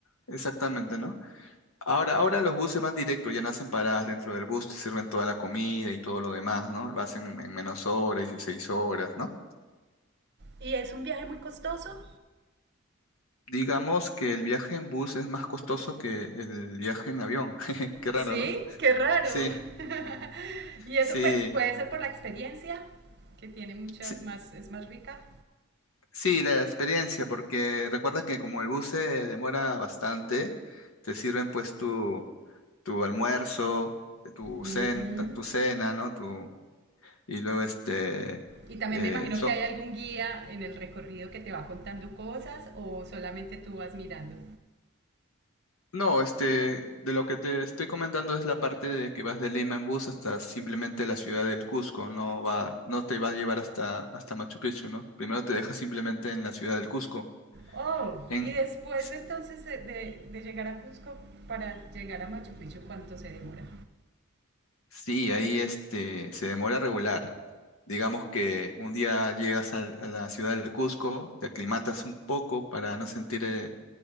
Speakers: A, on the left; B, on the right.
A: exactamente, ¿no? Ahora, ahora los buses van directo, ya no hacen paradas dentro del bus, te sirven toda la comida y todo lo demás, ¿no? Lo hacen en menos horas, 16 horas, ¿no?
B: ¿Y es un viaje muy costoso?
A: Digamos que el viaje en bus es más costoso que el viaje en avión. <laughs> Qué raro,
B: Sí,
A: ¿no?
B: qué raro.
A: Sí,
B: <laughs> y eso
A: sí,
B: pues puede ser por la experiencia, que tiene mucha
A: sí,
B: más, es más rica.
A: sí, la experiencia, porque recuerda que como el bus se demora bastante, te sirven pues tu, tu almuerzo, tu
B: Ujú.
A: cen- tu cena, ¿no? Tu, y luego este,
B: Y también
A: eh,
B: me imagino
A: son,
B: que hay algún guía en el recorrido que te va contando cosas o solamente tú vas mirando.
A: No, este, de lo que te estoy comentando es la parte de que vas de Lima en bus hasta simplemente la ciudad del Cusco, no va, no te va a llevar hasta, hasta Machu Picchu, ¿no? Primero te deja simplemente en la ciudad del Cusco.
B: Oh,
A: En,
B: y después
A: s-
B: entonces de, de- de llegar a Cusco para llegar a Machu Picchu, ¿cuánto se demora?
A: sí, ahí este, se demora regular. Digamos que un día llegas al- a la ciudad del Cusco, te aclimatas un poco para no sentir eh,